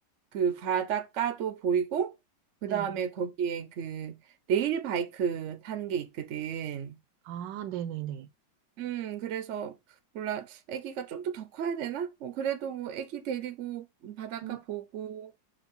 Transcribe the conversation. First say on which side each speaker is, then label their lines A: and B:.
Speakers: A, on the right; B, on the right.
A: 그 바닷가도 보이고,
B: 네.
A: 그 다음에 거기에 그 레일 바이크 타는 게 있거든.
B: 아, 네네네.
A: 음, 그래서 몰라. 아기가 좀 더 더 커야 되나? 뭐 그래도 뭐 애기 데리고 바닷가
B: 음,
A: 보고